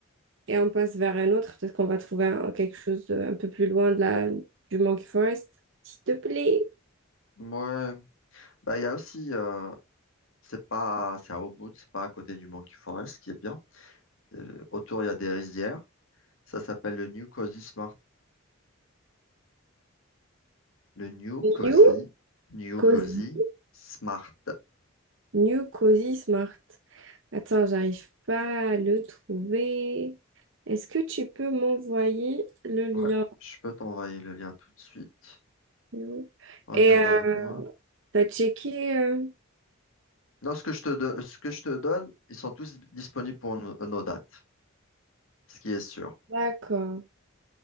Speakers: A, on the right; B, on the left.
A: et on passe vers un autre. Peut-être qu'on va trouver un- quelque chose de- un peu plus loin de la, du Monkey Forest. S'il te plaît.
B: Ouais, bah, il y a aussi, euh, c'est pas, c'est à Ubud, c'est pas à côté du Monkey Forest, ce qui est bien. Euh, autour, il y a des rizières. Ça s'appelle le New Cozy Smart. Le New Cozy,
A: New
B: New
A: Cozy.
B: Cozy Smart.
A: New Cozy Smart. Attends, j'arrive pas à le trouver. Est-ce que tu peux m'envoyer le lien?
B: Ouais, je peux t'envoyer le lien tout de suite.
A: New-
B: Regarde
A: Et euh,
B: avec moi.
A: t'as checké? euh,
B: Non, ce que je te, do- ce que je te donne, ils sont tous disponibles pour nos nos dates, ce qui est sûr.
A: D'accord.